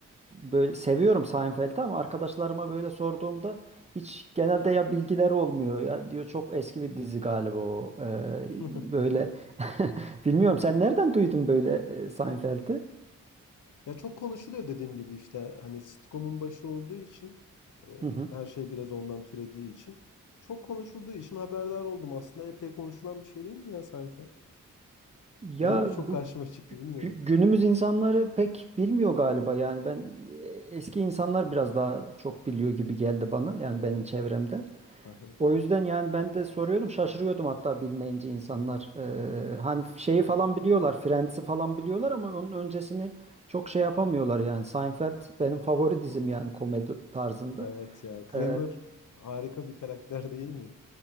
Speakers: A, on the right; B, on the left.
A: böyle seviyorum Seinfeld'i ama arkadaşlarıma böyle sorduğumda hiç genelde ya bilgileri olmuyor ya diyor çok eski bir dizi galiba o. E,
B: <laughs>
A: böyle <laughs> bilmiyorum sen nereden duydun böyle e, Seinfeld'i?
B: Ya çok konuşuluyor dediğim gibi işte hani sitcom'un başı olduğu için hani
A: Hı hı.
B: her şey biraz ondan türediği için çok konuşulduğu için haberdar oldum. Aslında epey konuşulan bir şey değil mi ya Seinfeld?
A: Ya
B: Benim mi çok
A: bu
B: karşıma çıktı bilmiyorum.
A: gü- günümüz insanları pek bilmiyor galiba yani ben e, eski insanlar biraz daha çok biliyor gibi geldi bana yani benim çevremden.
B: <laughs>
A: O yüzden yani ben de soruyordum şaşırıyordum hatta bilmeyince insanlar Ee, hani şeyi falan biliyorlar Friends'i falan biliyorlar ama onun öncesini çok şey yapamıyorlar yani Seinfeld benim favori dizim yani komedi tarzında.
B: Evet ya. Kramer
A: Ee,
B: harika bir karakter <laughs> değil mi?